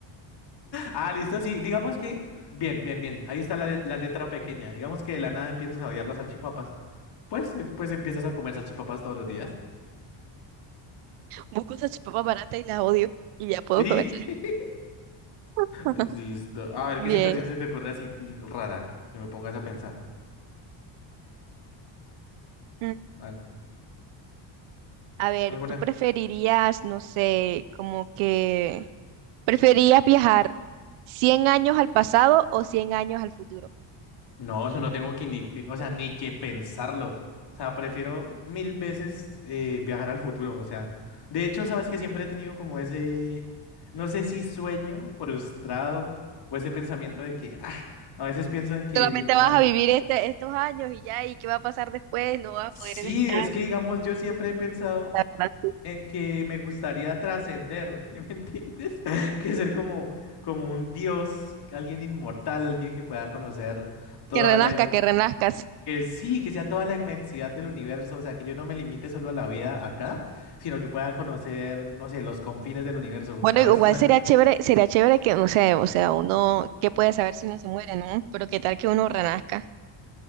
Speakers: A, on the left; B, on the right.
A: Ah, listo, sí. Digamos que... Bien, bien, bien. Ahí está la, let- la letra pequeña. Digamos que de la nada empiezas a odiar las salchipapas. Pues, eh, pues empiezas a comer salchipapas todos los días.
B: Busco una salchipapa barata y la odio y ya puedo
A: Y...
B: comer.
A: <laughs>
B: salchipapa.
A: Listo. A ver,
B: <laughs>
A: ¿qué
B: Bien.
A: situación se te ocurre así ti- rara? Que me pongas a pensar.
B: Mm,
A: Al-
B: A ver,
A: ¿Alguna?
B: ¿tú preferirías, no sé, como que... ¿Preferirías viajar 100 años al pasado o 100 años al futuro?
A: No, eso no tengo que ni, pe- o sea, ni que pensarlo. O sea, prefiero mil veces eh, viajar al futuro. O sea, de hecho, sabes que siempre he tenido como ese, no sé si sueño frustrado o ese pensamiento de que, ah, a veces pienso en que,
B: Solamente
A: na-
B: vas a vivir este, estos años y ya, ¿y qué va a pasar después? No vas
A: sí,
B: a poder estar.
A: es que digamos, yo siempre he pensado.
B: la verdad, sí.
A: en que me gustaría trascender, ¿sí me entiendes? <laughs> Que ser como, como un dios, alguien inmortal, alguien que pueda conocer toda
B: Que renazca,
A: la... in-
B: que renazcas.
A: Que sí, que sea toda la inmensidad del universo, o sea, que yo no me limite solo a la vida acá, sino que pueda conocer, no sé, los confines del universo.
B: Bueno,
A: A
B: igual
A: veces me...
B: sería chévere, sería chévere que, no sé, o sea, uno, ¿qué puede saber si uno se muere, no? Pero qué tal que uno renazca.